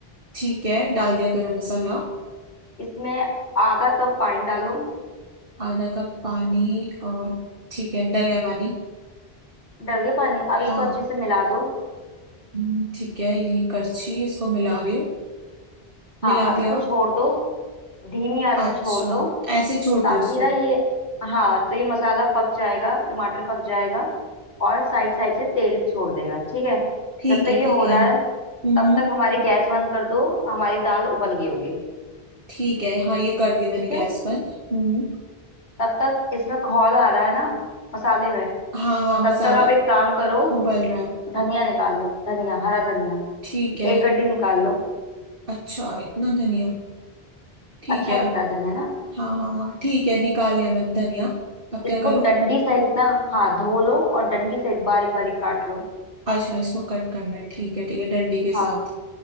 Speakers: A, on the right; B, on the left.
A: ठीक है डाल दिया गरम मसाला
B: इसमें आधा कप पानी डालो
A: आधा कप पानी और ठीक है डल गया पानी
B: डल गया पानी अब इसको
A: हाँ
B: अच्छे से मिला दो
A: हम्म, ठीक है ये करछी इसको मिला रही हूँ
B: हाँ
A: मिला
B: अब इसको
A: दिया
B: छोड़ दो धीमी आंच
A: अच्छा
B: में छोड़ दो
A: ऐसे ही छोड़
B: ताकि
A: दो इसको
B: ना ये हाँ तो ये मसाला पक जाएगा टमाटर पक जाएगा और साइड साइड से तेल छोड़ देगा ठीक है
A: ठीक
B: जब तक
A: है
B: ये
A: ठीक
B: हो
A: है
B: रहा
A: हम्म
B: है तब तक हमारी गैस बंद कर दो हमारी दाल उबल गई होगी
A: ठीक है हाँ ये कर दी मैंने
B: ठीक है
A: गैस बंद हम्म
B: तब तक इसमें खौल आ रहा है ना मसाले में
A: हाँ हाँ
B: तब
A: मसाला
B: तक आप एक काम करो
A: उबल रहा है
B: धनिया निकाल लो धनिया हरा धनिया
A: ठीक है
B: एक गड्डी निकाल लो
A: अच्छा इतना धनिया ठीक
B: अच्छा
A: है
B: लगता है धनिया ना
A: हाँ हाँ हाँ ठीक है निकाल लिया मैंने धनिया अब
B: इसको
A: क्या करूँ
B: डंडी सहित ना हाँ धो लो और डंडी सहित बारीक बारीक काट लो
A: अच्छा इसको कट करना है ठीक है ठीक है डंडी के साथ
B: हाँ